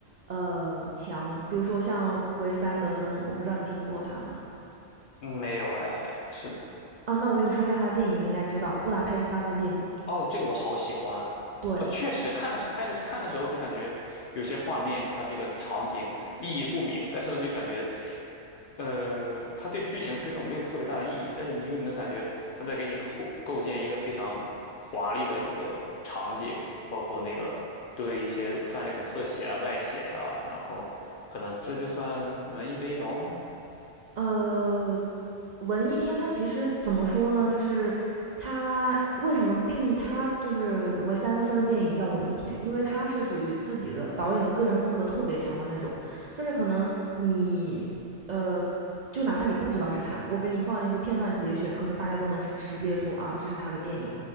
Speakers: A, on the right; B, on the left.
A: 呃强，比如说像维斯安德森，我不知道你听过他吗？
B: 嗯没有哎，是
A: 啊，那我跟你说一下他的电影，你应该知道《布达佩斯大饭店》。
B: 哦，这个我好喜欢。
A: 对，
B: 哦，确实看的是拍的是看的时候就感觉有些画面，它这个场景意义不明，但是呢，就感觉呃，他对剧情推动没有特别大的意义，但是你又能感觉他在给你构构建一个非常华丽的一个场景，包括那个对一些饭店的特写啊、外写呀、然后可能这就算文艺的一种。
A: 呃，文艺片它其实怎么说呢？就是它为什么定义它就是维斯安德森的电影叫文艺片？因为它是属于自己的导演的个人风格特别强的那种，就是可能你呃，就哪怕你不知道是他，我给你放一个片段节选，可能大家都能识识别出啊，这是他的电影。